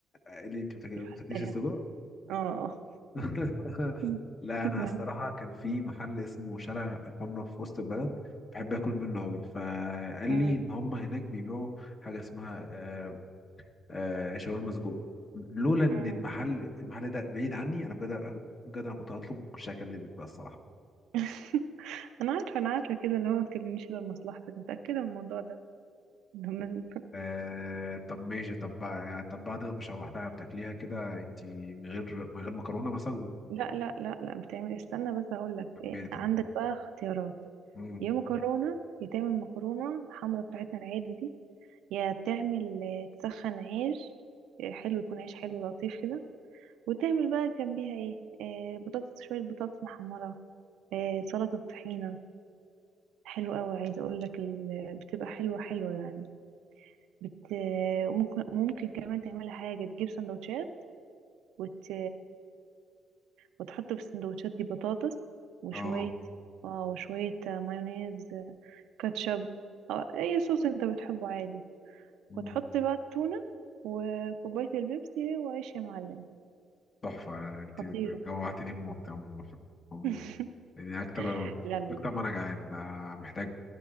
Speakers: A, on the left; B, on the right.
A: آه، اللي انت بتاك- ما
B: مش حاساها
A: بتاكليش السجق
B: اه
A: <laughs>
B: <laughs>
A: لا انا
B: لا
A: الصراحه كان في محل اسمه شارع الحمراء في وسط البلد بحب اكل منه قوي فقال
B: مم.
A: لي ان هم هناك بيبيعوا حاجه اسمها آه، آه، شاورما سجق لولا ان
B: مم.
A: المحل المحل ده بعيد عني انا بجد بجد انا كنت هطلب مش هكلمك بقى الصراحه
B: <laughs> انا عارفه انا عارفه كده اللي هو ما تكلمنيش غير مصلحتك متاكده من الموضوع ده <laughs> من...
A: آه طب ماشي طب بع- طب بعد ما شوحتها بتاكليها كده انت من غير من غير مكرونه مثلا
B: لا لا لا لا بتعمل إيه؟ استنى بس هقول لك
A: جنبيت
B: إيه عندك
A: اه
B: بقى اختيارات
A: مم.
B: يا مكرونه يا تعمل مكرونه الحمرا بتاعتنا العادي دي يا تعمل آه، تسخن عيش آه، حلو يكون عيش حلو لطيف كده وتعمل بقى جنبيها ايه آه، بطاطس شويه بطاطس محمره آه، سلطه طحينه حلو قوي عايزه اقول لك ال- بتبقى حلوه حلوه يعني بت... ممكن ممكن كمان تعملها حاجه تجيب سندوتشات وت... وتحط في السندوتشات دي بطاطس وشوية
A: اه
B: اه وشوية مايونيز كاتشب أو أي صوص أنت بتحبه عادي
A: مم.
B: وتحط بقى التونة وكوباية البيبسي وعيش يا معلم
A: تحفه انت
B: خطيرة
A: جوعتني موت يا عمو- عمو.
B: <laughs>
A: يعني اكتر
B: لا لا لا
A: اكتر ما انا جعان آه، محتاج